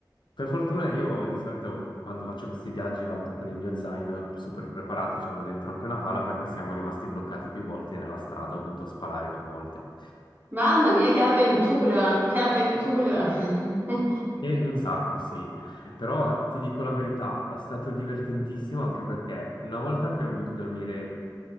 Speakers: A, on the left; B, on the right.
A: per fortuna io di solito quando faccio questi viaggi vado con il mio zaino super preparato, c'avevo dentro anche una pala perché siamo rimasti bloccati più volte nella strada, ho dovuto spalare più volte.
B: Mamma mia, che avventura, che avventura! <laughs>
A: E un sacco, sì, però ti dico la verità, è stato divertentissimo anche perché una volta abbiamo dovuto dormire